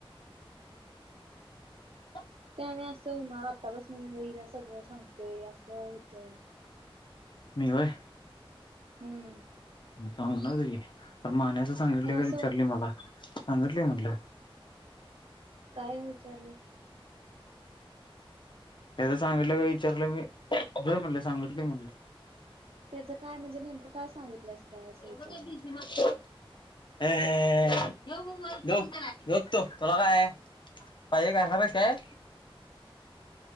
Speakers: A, on the left; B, on the right.
A: <inaudible>
B: त्याने असं होणार, आतापासून ह्यो हिला सगळं सांगतोय असं होतंय,
A: मी व्हय
B: हम्म
A: सांगू ना त तर माण्याच सांगितले
B: तर
A: का
B: असं
A: विचारली
B: होत
A: मला सांगितली म्हटलं,
B: काय विचारले?
A: त्याज सांगितलं काय विचारलं मी, होय म्हणलं सांगितलंय म्हणलं
B: त्याचं काय म्हणजे, नेमकं काय सांगितलंस? काय असं
A: एवढं
B: विचारलं.
A: काय बीजे ना अ लक लोक तो तुला काय आहे <unintelligible> पाहिजे घालणार आहेस काय?